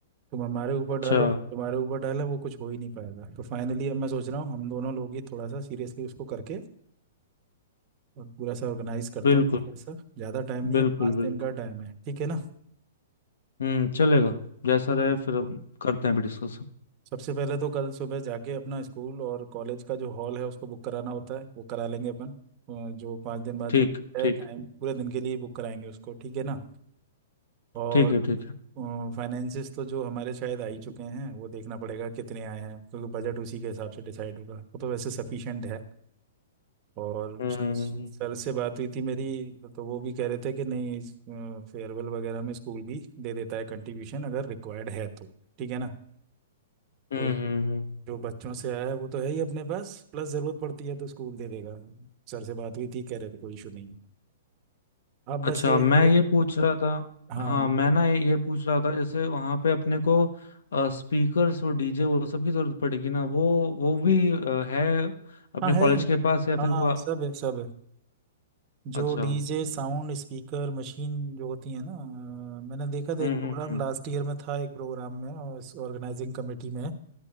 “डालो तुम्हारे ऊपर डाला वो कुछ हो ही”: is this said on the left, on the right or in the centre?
Right